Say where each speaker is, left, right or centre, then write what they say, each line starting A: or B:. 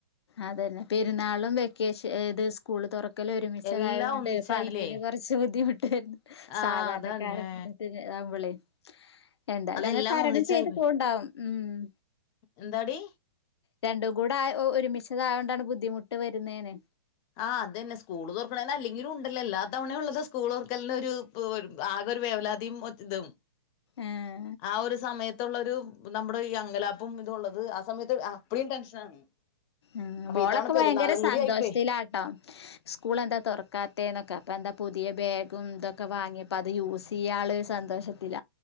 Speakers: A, on the left; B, on the left.
A: അതന്നെ പെരുന്നാളും വെക്കേഷൻ ഇത് സ്കൂള് തുറക്കൽ ഒരുമിച്ചയതുകൊണ്ട്
B: എല്ലാം ഒന്നിച്ചായില്ലേ
A: പണത്തിന് കുറച്ച് കുറച്ചു ബുദ്ധിമുട്ട്
B: ആ
A: സാധാരണക്കാര
B: അതന്നെ
A: തകുമ്പളെ എന്തായാലും
B: അതെല്ലാം
A: അങ്ങനെ തരണം
B: ഒന്നിച്ചായി
A: ചെയ്ത് പോണ്ടാവും ഉം
B: എന്താടി
A: രണ്ടും കൂടെ ആ ഒരുമിച്ചതായൊണ്ടാണ് ബുദ്ധിമുട്ട് വരുന്നേന്
B: ആഹ് അതെന്നെ സ്കൂള് തൊർക്ക്ണേന് അല്ലെങ്കിലും ണ്ടല്ലോ എല്ലാ തവണയും ഉള്ളതാ സ്കൂള് തൊർക്കൽനൊരു <unintelligible> ആകെ ഒരു വേവലാതിം ഒര് തും
A: ഏഹ്
B: ആ ഒരു സമയത്തുള്ളൊരു നമ്മുടെ ഈ അങ്കലാപ്പും ഇതുള്ളത് ആ സമയത്ത് അപ്പ്ടീം ടെൻഷനാണ്
A: ഉം
B: അപ്പൊ
A: മോളൊക്കെ
B: ഇത്തവണ പെരുന്നാളും
A: ഭയങ്കര സന്തോഷത്തിലാട്ടോ
B: കൂടി ആയിപ്പോയി
A: സ്കൂളെന്താ തൊറക്കാത്തെന്നൊക്കെ അപ്പ എന്താ പുതിയ ബാഗും തൊക്കെ വാങ്ങി അപ്പത് യൂസെയ്യാള്ളൊര് സന്തോഷത്തില